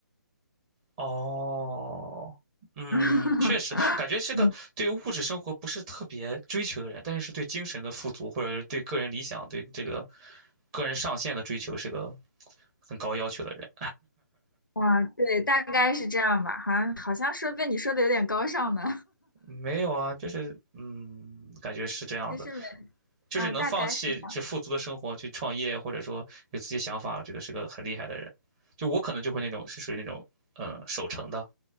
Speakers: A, on the right; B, on the left.
A: 哦，嗯，
B: <laughs>
A: 确实，感觉是个对物质生活不是特别追求的人，
B: 嗯
A: 但是是对精神的富足，或者是对个人理想、对这个个人上限的追求，是个很高要求的人。
B: 啊，对，大概是这样吧。好像好像说被你说的有点高尚呢，
A: 没有啊，就是嗯，感觉是这样的，
B: <laughs> 其实没，
A: 就是能放弃就富足的生活去创业，
B: 啊，大概是这样
A: 或者说有自己想法，这个是个很厉害的人。就我可能就会那种是属于那种嗯守成的。